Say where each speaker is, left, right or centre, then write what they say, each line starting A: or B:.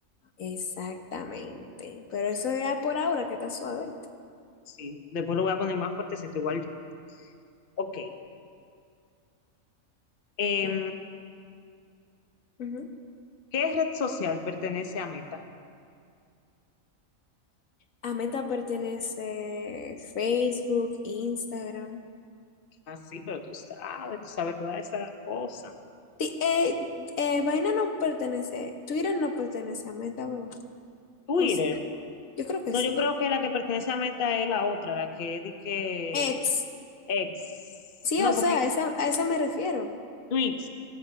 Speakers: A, on the left; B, on the left.
A: Exactamente. Pero eso era por ahora, que está suave. ¿oíste?
B: Sí, después lo voy a poner más fuertecito, igual yo. Ok. em,
A: No. Ujú.
B: ¿qué red social pertenece a Meta?
A: A Meta pertenece Facebook, Instagram.
B: Ah, sí, pero tú sabes, tú sabes todas esas cosas.
A: Ti- eh,
B: Ok,
A: eh, Vaina no pertenece, Twitter no pertenece a Meta, ¿verdad?
B: Twitter.
A: O sí, yo creo que
B: No,
A: sí.
B: yo creo que la que pertenece a Meta es la otra, la que di que
A: X.
B: ex.
A: Sí,
B: No,
A: o sea,
B: porque
A: esa, a esa me refiero.
B: tweets,